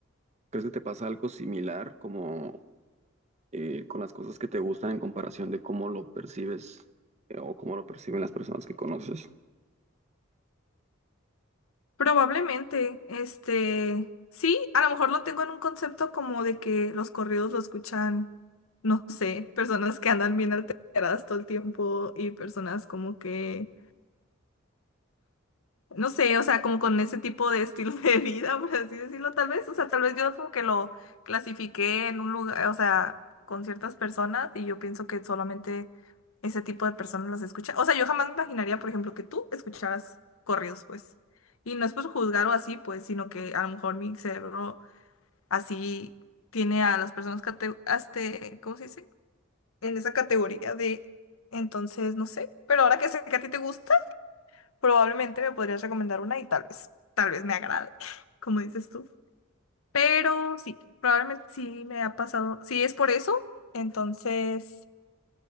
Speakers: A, on the right; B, on the left.
A: ¿Crees que te pasa algo similar como eh, con las cosas que te gustan en comparación de cómo lo percibes eh, o cómo lo perciben las personas que conoces?
B: Probablemente, este, sí, a lo mejor lo tengo en un concepto como de que los corridos lo escuchan, no sé, personas que andan bien alteradas todo el tiempo y personas como que no sé, o sea, como con ese tipo de estilo de <laughs> vida, por así decirlo, tal vez, o sea, tal vez yo como que lo clasifiqué en un lugar, o sea, con ciertas personas y yo pienso que solamente ese tipo de personas las escucha. O sea, yo jamás me imaginaría, por ejemplo, que tú escucharas corridos, pues. Y no es por juzgar o así, pues, sino que a lo mejor mi cerebro así tiene a las personas cate- este, ¿cómo se dice? En esa categoría de, entonces, no sé, pero ahora que sé que a ti te gusta Probablemente me podrías recomendar una y tal vez, tal vez me agrade, <laughs> como dices tú. Pero sí, probablemente sí me ha pasado. Si es por eso, entonces,